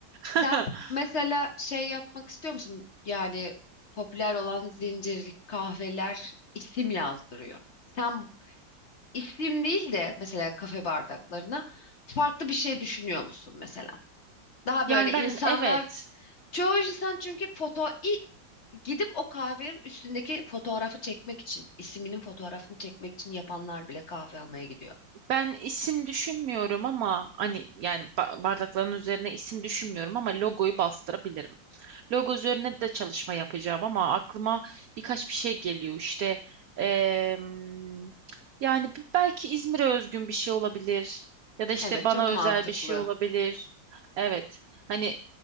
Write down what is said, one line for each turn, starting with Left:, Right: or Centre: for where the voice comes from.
Right: <laughs>
Left: Sen mesela şey yapmak istiyor musun? Yani popüler olan zincir kahveler isim yazdırıyor. Sen İsim değil de mesela kafe bardaklarına farklı bir şey düşünüyor musun mesela? Daha
Right: Yani
Left: böyle
Right: ben
Left: insanlar
Right: evet
Left: çoğu insan çünkü foto i- gidip o kahvenin üstündeki fotoğrafı çekmek için isminin fotoğrafını çekmek için yapanlar bile kahve almaya gidiyor.
Right: ben isim düşünmüyorum ama hani yani ba- bardakların üzerine isim düşünmüyorum ama logoyu bastırabilirim. Logo üzerine de çalışma yapacağım ama aklıma birkaç bir şey geliyor işte em, yani b- belki İzmir'e özgün bir şey olabilir ya da işte
Left: Evet
Right: bana
Left: çok mantıklı.
Right: özel bir şey olabilir. Evet hani